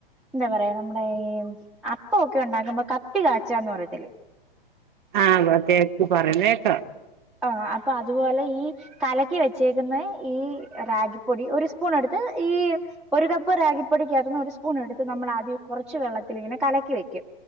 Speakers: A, in the centre; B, on the right (about 55°).
A: എന്താ പറയാ നമ്മ ഏ അപ്പൊക്കെ ഉണ്ടാക്കുമ്പോ കപ്പി കാച്ചന്ന് പറയത്തില്ലേ
B: ആ കേക്കു പറന്നേ കേക്കാം
A: ആഹ് അപ്പൊ അതുപോലെ ഈ കലക്കി വെച്ചേക്കുന്ന ഈ റാഗിപ്പൊടി ഒരു സ്പൂൺ എടുത്ത് ഈ ഒരു കപ്പ് റാഗിപ്പൊടിക്കത്തുന്ന ഒരു സ്പൂൺ എടുത്ത് നമ്മൾ ആദ്യം കുറച്ച് വെള്ളത്തിങ്ങനെ കലക്കി വെക്കും